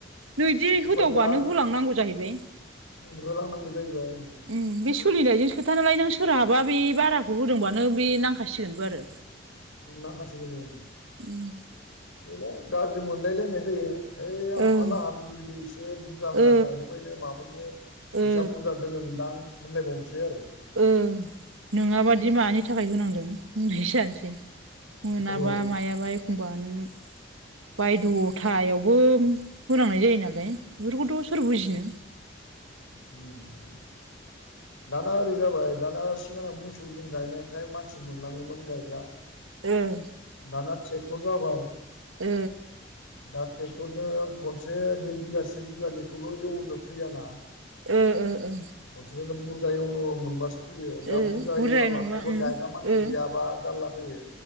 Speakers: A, on the right; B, on the left.
A: नैदि होदावबानो
B: उफाय गैया
A: होलांनांगौ जाहैबाय।
B: <unintelligible> जाहैबाय ओं।
A: उम बे सोलिनायजोंसो खोथा नालाय नों सोरहाबा बे बाराखौ होदोंबानो बे नांखासिगोनबो आरो।
B: नांखासिगोन ओं।
A: उम।
B: बेनो गाज्रि मोनलाय लायनाय जायो ओइ
A: ओं
B: आमोखालाहा बिदि बिदि एसे बुरजा होनानै
A: ओ
B: गायहोबायनो माबायनो
A: ओ
B: फैसा बुरजा दोङोनदां होनलाय बावनसै आरो।
A: ओं नोङाबादि मानि थाखाय होनांदों होन्नायसो जान सै मोनाबा
B: औ
A: मायाबा एखमबा नों बायद'थायावबोम होनांनाय जायो नालाय बेफोरखौथ' सोर बुजिनो
B: उम उम। दाना ओरै जाबाय दाना सिगांना मोसौ जों गायनायखाय मानसि मोनलाङोमोन गायग्रा
A: ओं।
B: दाना ट्रेक्टर जाबाय।
A: उ
B: दा ट्रेक्टरजों खनसे बे बिगासे बिगानिखौल' एवनो फैयाना
A: उ उ उ
B: नोंसोरनो बुरजा एवनो मोनबासो फैयो दा
A: ओ
B: बुरजा
A: बुरजाय
B: एवना लाखायोबा
A: नङा उम
B: गायग्रा मानसि
A: ओ
B: गैयाबा जारला जायो